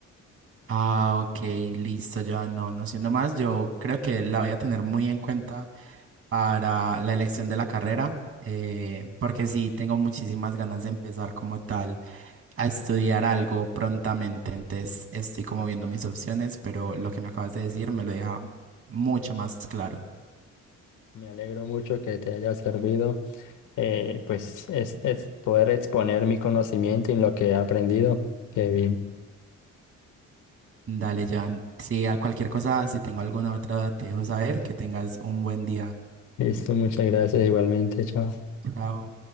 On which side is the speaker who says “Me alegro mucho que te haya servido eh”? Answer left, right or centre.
Left